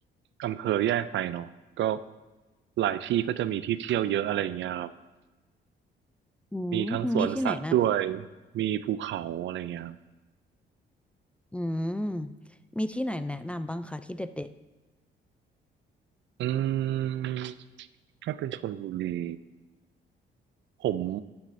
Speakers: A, on the right; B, in the centre.
A: อำเภอแยกไปเนาะก็หลายที่ก็จะมีที่เที่ยวเยอะอะไรอย่างเงี้ยครับ
B: อืมมีที่ไหนนะ
A: มีทั้งสวนสัตว์ด้วยมีภูเขาอะไรเงี้ยครับ
B: อืมมีที่ไหนแนะนำบ้างคะที่เด็ด
A: อืมถ้าเป็นชลบุรีผม